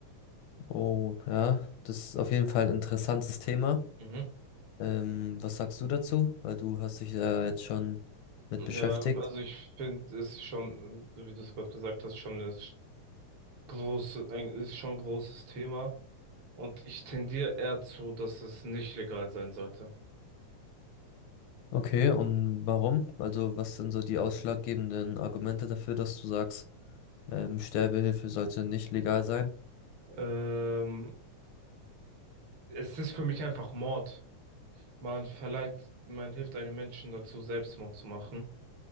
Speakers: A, on the left (about 80°); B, on the right (about 50°).
A: Oh, ja, das ist auf jeden Fall ein interessantes Thema.
B: Mhm.
A: Ähm, was sagst du dazu? Weil du hast dich da jetzt schon mit
B: Ja,
A: beschäftigt.
B: also ich finde es schon, so wie du es gerade gesagt hast, schon eine große, ein, ist schon ein großes Thema. Und ich tendiere eher zu, dass es nicht legal sein sollte.
A: Okay, und warum? Also, was sind so die ausschlaggebenden Argumente dafür, dass du sagst, ähm, Sterbehilfe sollte nicht legal sein?
B: Ähm, es ist für mich einfach Mord. Man verleiht, man hilft einem Menschen dazu, Selbstmord zu machen.